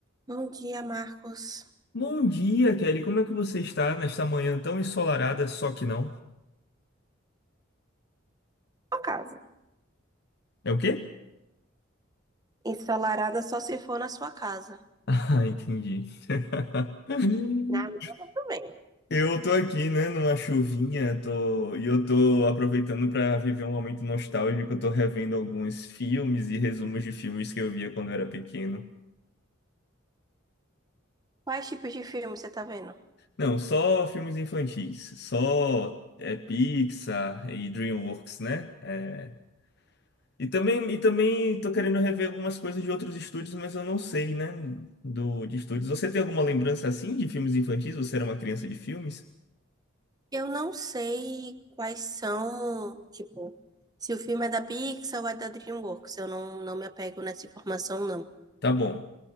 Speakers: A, on the right; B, on the left.
A: Bom dia, Marcos.
B: Bom dia, Kelly. Como é que você está nesta manhã tão ensolarada, só que não?
A: Sua casa.
B: É o quê? <laughs>
A: Ensolarada só se for na sua casa.
B: Ah, entendi. <laughs>
A: Na minha também.
B: Eu tô aqui, né, numa chuvinha, tô... e eu tô aproveitando para viver um momento nostálgico. Eu Tô revendo alguns filmes e resumos de filmes que eu via quando eu era pequeno.
A: Quais tipos de filme você tá vendo?
B: Não, só filmes infantis, só é, Pixar e DreamWorks, né? É, E também, e também tô querendo rever algumas coisas de outros estúdios, mas eu não sei, né? Do, de estúdios. Você tem alguma lembrança assim de filmes infantis? Você era uma criança de filmes?
A: Eu não sei quais são, tipo, se o filme é da Pixar ou é da DreamWorks. Eu não, não me apego nessa informação, não.
B: Tá bom.